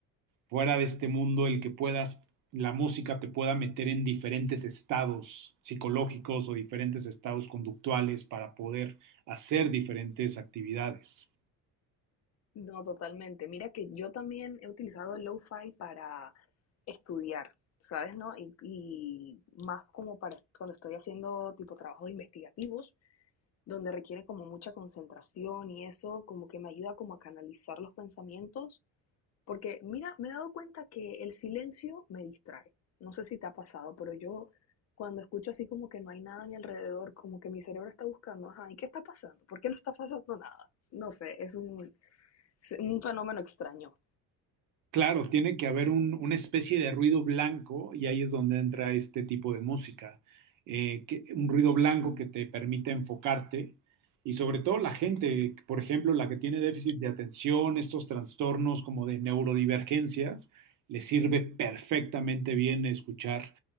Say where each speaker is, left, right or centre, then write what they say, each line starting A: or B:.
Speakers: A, on the right (about 60°); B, on the left (about 45°).
A: fuera de este mundo el que puedas la música te pueda meter en diferentes estados psicológicos o diferentes estados conductuales para poder hacer diferentes actividades.
B: No, totalmente. Mira que yo también he utilizado el lo-fi para estudiar, ¿sabes? ¿No? Y, y más como para cuando estoy haciendo tipo trabajos investigativos, donde requiere como mucha concentración y eso como que me ayuda como a canalizar los pensamientos Porque mira, me he dado cuenta que el silencio me distrae. No sé si te ha pasado, pero yo cuando escucho así como que no hay nada a mi alrededor, como que mi cerebro está buscando, ajá, ¿y qué está pasando? ¿Por qué no está pasando nada? No sé, es un, es un fenómeno extraño.
A: Claro, tiene que haber un- una especie de ruido blanco y ahí es donde entra este tipo de música. Eh, que- un ruido blanco que te permite enfocarte y sobre todo la gente, por ejemplo, la que tiene déficit de atención, estos trastornos como de neurodivergencias, le sirve perfectamente bien escuchar